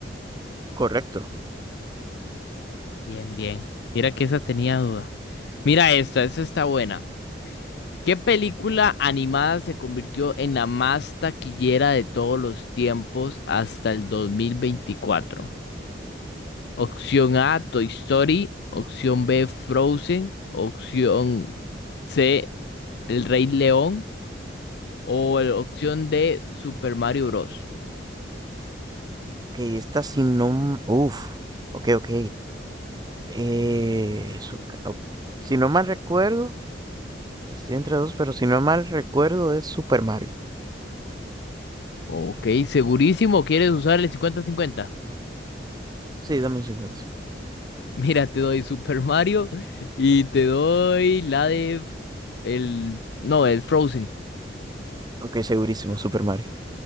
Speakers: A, on the right (about 25°); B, on the left (about 65°).
A: Correcto.
B: Bien, bien. Mira que esa tenía duda. Mira esta, esa está buena. ¿Qué película animada se convirtió en la más taquillera de todos los tiempos hasta el 2024? Opción A, Toy Story. Opción B, Frozen. Opción C, El Rey León. O el- opción D, Super Mario Bros.
A: Que esta si no... Uf, ok, ok. Eh, eso ok. Si no mal recuerdo, estoy entre dos, pero si no mal recuerdo es Super Mario.
B: Ok, segurísimo, ¿quieres usar el cincuenta-cincuenta.
A: Sí, dame un 50. sí.
B: <laughs> Mira, te doy Super Mario y te doy la de... El... No, el Frozen.
A: Ok, segurísimo, Super Mario.